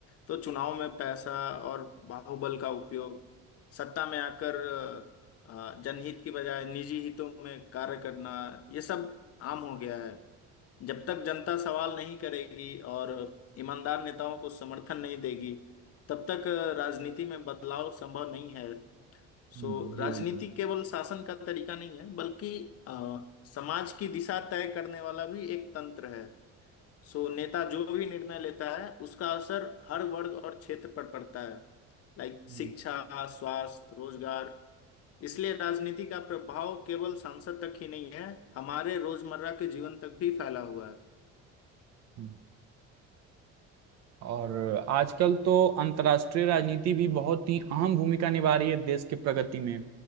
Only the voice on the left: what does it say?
तो चुनाव में पैसा और बाहुबल का उपयोग सत्ता में आकर अ, जनहित की बजाय निजी हितों में कार्य करना ये सब आम हो गया है जब तक जनता सवाल नहीं करेगी और ईमानदार नेताओं को समर्थन नहीं देगी तब तक राजनीति में बदलाव संभव नहीं है
सो
राजनीति
केवल शासन का तरीका नहीं है बल्कि अ, समाज की दिशा तय करने वाला भी एक तंत्र है सो नेता जो भी निर्णय लेता है उसका असर हर वर्ग और क्षेत्र पर पड़ता है लाइक शिक्षा
स्वास्थ्य रोजगार इसलिए राजनीति का प्रभाव केवल सांसद तक ही नहीं है हमारे रोजमर्रा के जीवन तक भी फैला हुआ है